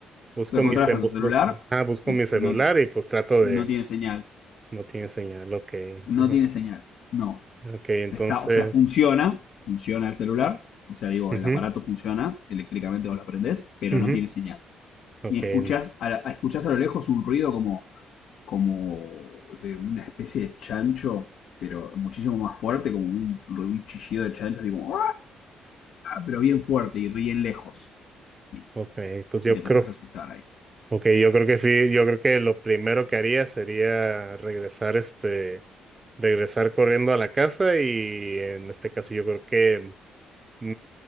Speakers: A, on the right; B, on the left.
A: Busco
B: Lo encontrás
A: mi, ce-
B: a
A: bu-
B: tu celular
A: busco, ah, busco
B: y
A: mi celular
B: no, ti-
A: y pues trato
B: no
A: de...
B: tiene señal.
A: No tiene señal, ok.
B: No
A: Ajá,
B: tiene señal. No.
A: Ok, entonces...
B: Está, o sea, funciona, funciona el celular. O sea, digo,
A: Ujú,
B: el aparato funciona, eléctricamente vos lo prendés, pero
A: ujú.
B: no tiene señal.
A: Okay,
B: Y escuchás a, la- escuchás a lo lejos un ruido como, como de una especie de chancho, pero muchísimo más fuerte, como un, un chillido de chancho, así como, pero bien fuerte y bien lejos. Y,
A: okay, pues yo
B: y te empezás
A: creo,
B: a asustar ahí.
A: okay, yo creo que fui- yo creo que lo primero que haría sería regresar, este, regresar corriendo a la casa y en este caso yo creo que mm,